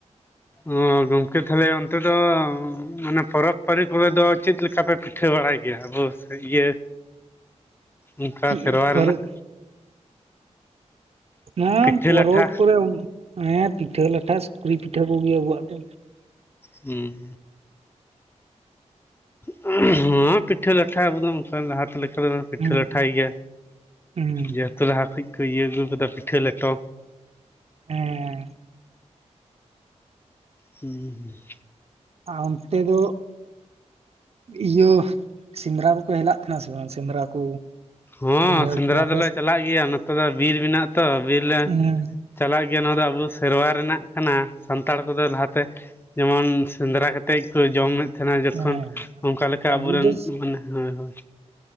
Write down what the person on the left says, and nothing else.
ᱚ ᱜᱚᱢᱠᱮ ᱛᱟᱦᱚᱞᱮ ᱚᱱᱛᱮ ᱫᱚ ᱚᱱᱮ ᱯᱚᱨᱚᱵᱽ ᱯᱟᱹᱤ ᱠᱚᱨᱮ ᱫᱚ ᱪᱮᱫ ᱞᱮᱠᱟ ᱯᱮ ᱯᱤᱴᱷᱟᱹ ᱵᱟᱲᱟᱭ ᱜᱮᱭᱟ ᱟᱵᱚ ᱤᱭᱟᱹ ᱚᱱᱠᱟ
ᱥᱮᱨᱣᱟ
ᱨᱮᱱᱟᱜ᱾
ᱯᱤᱴᱷᱟᱹ
ᱞᱟᱴᱷᱟ
ᱦᱮᱸ ᱦᱮ ᱯᱤᱴᱷᱟᱹ ᱞᱟᱴᱷᱟ ᱟᱵᱚ ᱫᱚ ᱚᱱᱠᱟ ᱞᱟᱦᱟᱛᱮ ᱞᱮᱠᱟᱮᱫ ᱯᱤᱴᱷᱟᱹ
ᱞᱟᱴᱷᱟᱭ ᱜᱮᱭᱟ᱾
ᱡᱮᱦᱮᱛᱩ ᱞᱟᱦᱟ ᱠᱷᱚᱱ ᱠᱚ ᱤᱭᱟᱹ ᱟᱹᱜᱩ ᱠᱟᱫᱟ ᱯᱤᱴᱷᱟᱹ ᱞᱮᱴᱚ
ᱦᱩᱸ ᱦᱩᱸ
ᱦᱚᱸ
ᱥᱮᱸᱫᱽᱨᱟ
ᱫᱚᱞᱮ
ᱪᱟᱞᱟᱜ ᱜᱮᱭᱟ ᱱᱚᱛᱮ ᱫᱚ ᱵᱤᱨ ᱢᱮᱱᱟᱜ ᱟ ᱛᱚ ᱵᱤᱨ ᱞᱮᱼᱼ
ᱪᱟᱞᱟᱜ ᱜᱮᱭᱟ ᱱᱚᱣᱟ ᱫᱚ ᱟᱵᱚ ᱥᱮᱨᱣᱟ ᱨᱮᱱᱟᱜ ᱠᱟᱱᱟ ᱥᱟᱱᱛᱟᱲ ᱠᱚᱫᱚ ᱞᱟᱦᱟᱛᱮ ᱡᱮᱢᱚᱱ ᱥᱮᱸᱫᱽᱨᱟ ᱠᱟᱛᱮᱫ ᱠᱚ ᱡᱚᱢᱮᱫ ᱛᱟᱦᱮᱱᱟ ᱡᱚᱠᱷᱚᱱ
ᱚᱱᱠᱟ ᱞᱮᱠᱟ
ᱟᱵᱚᱨᱮᱱ
ᱢᱟᱱᱮ ᱦᱳᱭ ᱦᱳᱭ